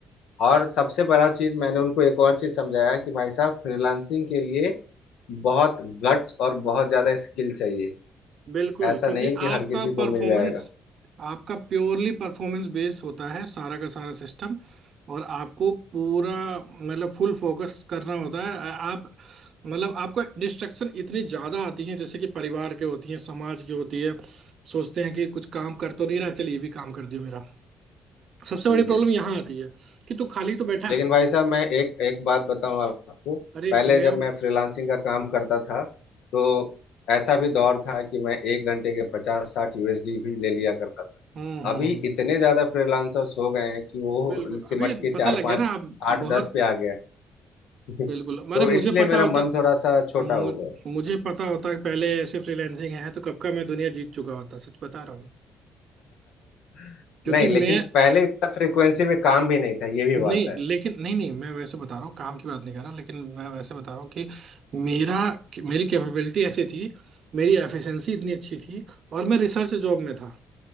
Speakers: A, on the left; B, on the right.
A: और सबसे बड़ा चीज मैंने उनको एक और चीज समझाया कि भाई साहब फ्रीलांसिंग के लिए बहुत गट्स और बहुत ज्यादा स्किल चाहिए
B: बिल्कुल
A: ऐसा
B: क्योंकि
A: नहीं कि
B: आपका
A: हर किसी को
B: परफॉर्मेंस
A: मिल जाएगा
B: आपका प्योरली परफॉर्मेंस बेस होता है सारा का सारा सिस्टम और आपको पूरा मतलब फुल फोकस करना होता है आ- आप मतलब आपको डिस्ट्रक्शन इतनी ज्यादा आती है जैसे कि परिवार के होती है समाज की होती है सोचते हैं कि कुछ काम कर तो नहीं रहा चल ये भी काम कर दियो मेरा सबसे बड़ी
A: जी जी
B: प्रॉब्लम यहाँ आती है कि तू खाली तो बैठा है
A: लेकिन भाई साहब मैं एक एक बात बताऊं आपको
B: अरे
A: पहले
B: मैं
A: जब मैं फ्रीलांसिंग का काम करता था तो ऐसा भी दौर था कि मैं एक घंटे के पचास साठ यूएसडी भी ले लिया करता था
B: हम्म हम्म
A: अभी
B: हम्म,
A: इतने ज्यादा फ्रीलांसर्स हो गए हैं कि वो
B: बिल्कुल
A: सिमट
B: अभी
A: के
B: पता
A: चार
B: लग
A: पाँच
B: गया ना आप
A: आठ
B: बहुत
A: दस पे आ गया है।
B: बिल्कुल
A: <laughs> तो
B: अरे मुझे
A: इसलिए
B: पता
A: मेरा
B: होता
A: मन थोड़ा सा छोटा
B: मु,
A: हो गया
B: मुझे पता होता कि पहले ऐसे फ्रीलांसिंग है तो कब का मैं दुनिया जीत चुका होता सच बता रहा हूँ
A: <laughs>
B: क्योंकि
A: नहीं
B: मैं
A: लेकिन पहले इतना फ्रिक्वेंसी में काम भी नहीं था ये भी
B: नहीं
A: बात है
B: लेकिन नहीं नहीं मैं वैसे बता रहा हूँ काम की बात नहीं कर रहा लेकिन मैं वैसे बता रहा हूँ कि मेरा कि मेरी कैपेबिलिटी ऐसी थी मेरी एफिशिएंसी इतनी अच्छी थी और मैं रिसर्च जॉब में था